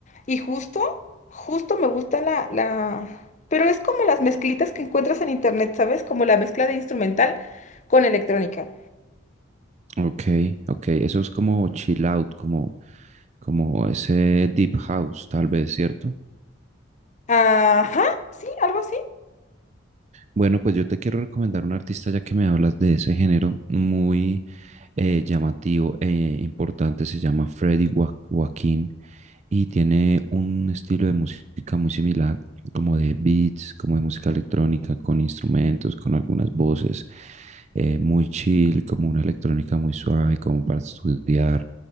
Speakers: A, on the left; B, on the right.
A: Y justo, justo me gusta la, la... Pero es como las mezclitas que encuentras en internet, ¿sabes? Como la mezcla de instrumental con electrónica.
B: Ok, ok. Eso es como chill out, como, como ese deep house, tal vez, ¿cierto?
A: Ajá, sí, algo así.
B: Bueno, pues yo te quiero recomendar un artista ya que me hablas de ese género muy eh, llamativo e importante. Se llama Freddy Joa- Joaquín y tiene un estilo de música muy similar, como de beats, como de música electrónica, con instrumentos, con algunas voces, eh, muy chill, como una electrónica muy suave, como para estudiar,